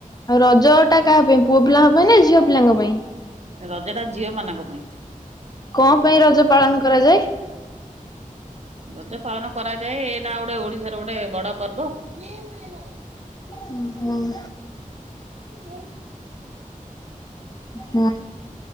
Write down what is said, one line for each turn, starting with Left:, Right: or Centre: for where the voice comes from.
Left: ଆଉ ରଜ ଟା କାହା ପାଇଁ ପୁଅ ପିଲାଙ୍କ ପାଇଁ ନା ଝିଅ ପିଲାଙ୍କ ପାଇଁ।
Right: ରଜଟା ଝିଅ ମାନଙ୍କ ପାଇଁ।
Left: କଣ ପାଇଁ ରଜ ପାଳନ କରାଯାଏ।
Right: ରଜ ପାଳନ କରାଯାଏ ଏନା ଗୋଟେ ଓଡିଶାର ଗୋଟେ ବଡ ପର୍ବ। <unintelligible>
Left: ହୁଁ ହୁଁ।
Right: ହୁଁ
Left: ହଁ